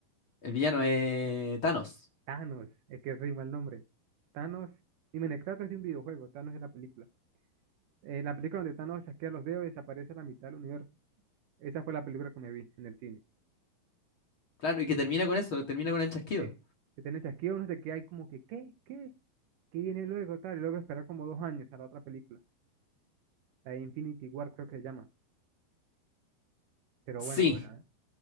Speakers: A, on the left; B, on the right.
A: El villano es Thanos.
B: Thanos, es que rima el nombre. Thanos, dime, Kratos es de un videojuego, Thanos es la película. Eh, la película donde Thanos chasquea los dedos y desaparece a la mitad del universo. Esa fue la película que me vi en el cine.
A: Claro, y que termina con eso, termina con el chasquido.
B: Sí, que tiene chasquido, uno se queda ahí como que, ¿qué? ¿Qué? ¿Qué viene luego? Tal, y luego esperar como dos años a la otra película, la de Infinity War creo que se llama. Pero
A: Sí.
B: bueno, bueno, ¿eh?